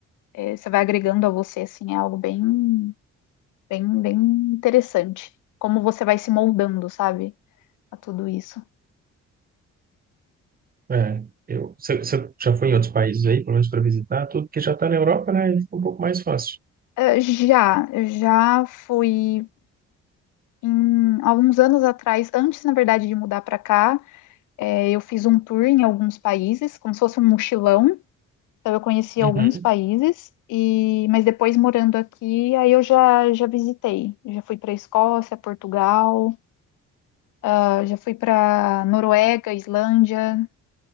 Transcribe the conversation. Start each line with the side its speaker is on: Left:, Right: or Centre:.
Left: É, você vai agregando a você, assim, é algo bem, bem, bem interessante. Como você vai se moldando, sabe, a tudo isso.
Right: É, eu, você, você já foi em outros países aí, pelo menos para visitar, tudo que já está na Europa, né? Fica um pouco mais fácil.
Left: É, já, eu já fui, em, alguns anos atrás, antes, na verdade, de mudar para cá, É, eu fiz um tour em alguns países, como se fosse um mochilão. Então eu conheci
Right: Uhum.
Left: alguns países e, mas depois morando aqui, aí eu já já visitei. Eu já fui para Escócia, Portugal, ah, já fui para Noruega, Islândia.